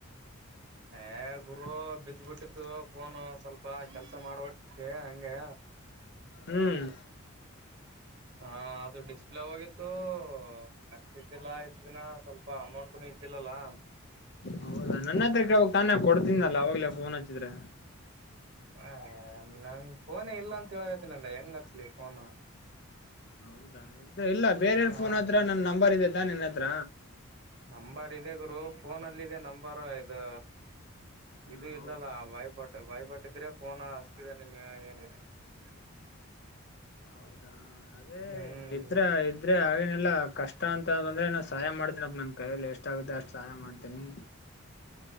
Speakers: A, on the right; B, on the left.
A: ಹೇ ಗುರು ಬಿದ್ದ್ಬಿಟ್ಟಿತ್ತು ಫೋನ್ ಸ್ವಲ್ಪ ಕೆಲ್ಸ ಮಾಡುವಟ್ಟೆ ಹಂಗೆ
B: ಹ್ಮ್
A: ಹಾ ಅದು ಡಿಸ್ಪ್ಲೇ ಹೋಗಿತ್ತು ಹಾಕ್ಸಿದ್ದಿಲ್ಲಾ ಇಷ್ಟ ದಿನ ಸ್ವಲ್ಪ ಅಮೌಂಟ್ನು ಇದ್ದಿಲ್ಲಲ್ಲಾ
B: ಹೌದಾ ನನ್ನ ಹತ್ರ ಕೇಳ್ಬೇಕು ತಾನೇ ಕೊಡ್ತನಲ್ಲ ಅವಾಗ್ಲೇ ಫೋನ್ ಹಚ್ಚಿದ್ರೆ
A: ಹೇ ನಂಗ ಫೋನ್ ಇಲ್ಲ ಅಂತ ಹೇಳಗತನಲ್ಲ ಹೆಂಗ್ ಹತ್ಲಿ ಫೋನ್
B: ಹೌದಾ ಇಲ್ಲ ಬೇರೆಯರ್
A: ಹಾ
B: ಫೋನ್ ಹತ್ರ ನನ್ ನಂಬರ್ ಇದೇತ ನಿನ್ನ ಹತ್ರ
A: ನಂಬರ್ ಇದೆ ಗುರು ಫೋನ ಅಲ್ಲಿ ಇದೆ ನಂಬರ್ ಇದು
B: ಹ್ಮ
A: ಇದು ಇಲ್ಲಲ್ಲ
B: ಹೌದಾ
A: ವೈಫ ಬಾಯ್ ಬಟ್ಟಿದ್ರೆ ಫೋ ಹಸ್ಕಿದೆ ನಿನ್ ಏನ <unintelligible>
B: ಹೌದಾ ಅದೇ
A: ಹ್ಮ್
B: ಇದ್ರ ಇ ಆದ್ರೆ ಆಗೆನಿಲ್ಲ ಕಷ್ಟ ಅಂತ ಅಂದ್ರೆ ನಾ ಸಹಾಯ ಮಾಡ್ತೇನಪ್ಪ ನನ್ ಕೈಯಲ್ಲಿ ಎಷ್ಟಾಗುತ್ತೆ ಅಷ್ಟು ಸಹಾಯ ಮಾಡ್ತೇನಿ
A: <inaudible>